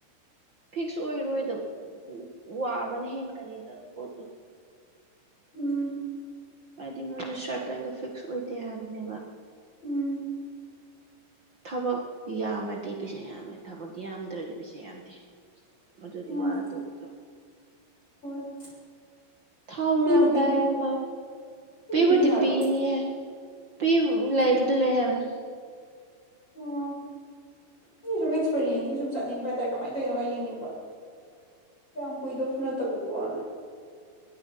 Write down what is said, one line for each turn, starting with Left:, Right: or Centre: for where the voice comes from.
Right: ꯐꯤꯛꯁ ꯑꯣꯏꯔꯣꯏꯗꯕ ꯋꯥꯕꯅ ꯍꯦꯟꯒꯅꯤꯅ ꯑꯗꯨ ꯄꯣꯠꯇꯣ
Left: ꯎꯝ
Right: ꯍꯥꯏꯗꯤ ꯃꯣꯏꯅ ꯁꯔꯠ ꯄꯦꯟꯗꯣ ꯐꯤꯛꯁ ꯑꯣꯏꯗꯦ ꯍꯥꯏꯕꯅꯦꯕ
Left: ꯎꯝ
Right: ꯊꯕꯛ ꯌꯥꯝꯃꯗꯤ ꯄꯩꯁꯥ ꯌꯥꯝꯃꯦ ꯊꯕꯛ ꯌꯥꯝꯗ꯭ꯔꯗꯤ ꯄꯩꯁꯥ ꯌꯥꯝꯗꯦ ꯑꯗꯨꯗꯤ
Left: ꯎꯝ
Right: ꯋꯥꯔ ꯇꯣꯛꯇ꯭ꯔꯣ
Left: ꯍꯣꯏ
Right: ꯊꯥꯎꯔꯝꯗꯥꯏꯨꯝ
Left: ꯄꯤꯕꯨ ꯄꯤꯅꯤ ꯄꯤꯕꯨ
Right: ꯄꯤꯕꯗꯤ
Left: ꯍꯥꯏꯕ꯭ꯔꯣ
Right: ꯄꯤꯅꯤ ꯄꯤ ꯂꯩꯕꯗꯤ
Left: ꯎꯝ
Right: ꯂꯩ ꯍꯥꯏꯕꯅꯦ <unintelligible>
Left: ꯑꯣ ꯑꯩ ꯁꯨꯝ ꯑꯦꯛꯁꯄꯤꯔꯤꯌꯦꯟꯁꯁꯤ ꯁꯨꯝ ꯆꯠꯅꯤꯡꯕ ꯍꯥꯏꯇꯥꯔꯦ ꯀꯃꯥꯏꯅ ꯇꯧꯅꯣꯒ ꯌꯦꯡꯅꯤꯡꯕ ꯌꯥꯝ ꯀꯨꯏꯗꯕꯁꯨ ꯅꯠꯇꯕꯗꯨ ꯄꯅ